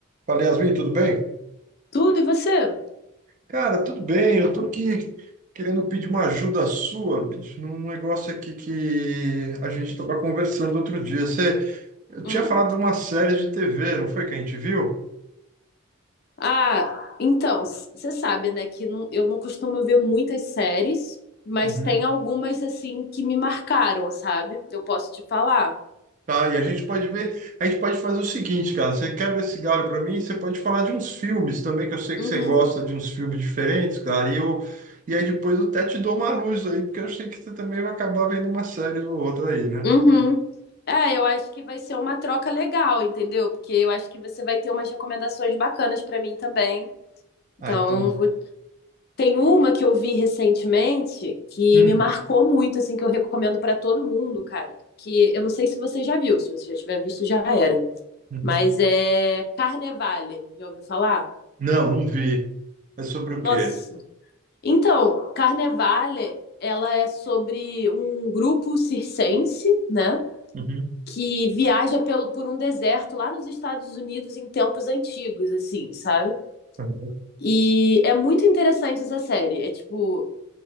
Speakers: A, on the right; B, on the left.
A: Fala, Yasmin, tudo bem?
B: Tudo, e você?
A: Cara, tudo bem. Eu tô aqui querendo pedir uma ajuda sua, bicho, num negócio aqui que a gente estava conversando outro dia. Você, eu tinha
B: Hum.
A: falado de uma série de TV, não foi que a gente viu?
B: Ah, então, você sabe, né, que não- eu não costumo ver muitas séries, mas
A: Uhum.
B: tem algumas, assim, que me marcaram, sabe? Eu posso te falar.
A: Tá, e a gente pode ver, a gente pode fazer o seguinte, cara, você quebra esse galho para mim, você pode falar de uns filmes também, que eu sei que
B: Uhum,
A: você gosta de uns filmes diferentes, cara, e eu, e aí depois eu até te dou uma luz aí, porque eu sei que você também vai acabar vendo uma série ou outra aí, né?
B: uhum. É, eu acho que vai ser uma troca legal, entendeu? Porque eu acho que você vai ter umas recomendações bacanas pra mim também.
A: Ah,
B: Então,
A: então.
B: vou- tem uma que eu vi recentemente que
A: hum,
B: me marcou muito, assim, que eu recomendo pra todo mundo, cara. Que eu não sei se você já viu, se você já tiver visto, já era.
A: uhum.
B: Mas é Carnevale, já ouviu falar?
A: Não, não vi. É sobre o
B: Nossa.
A: quê?
B: Então, Carnevale, ela é sobre um grupo circense, né?
A: Uhum.
B: Que viaja pelo, por um deserto lá nos Estados Unidos em tempos antigos, assim, sabe?
A: Uhum.
B: E é muito interessante essa série. É tipo,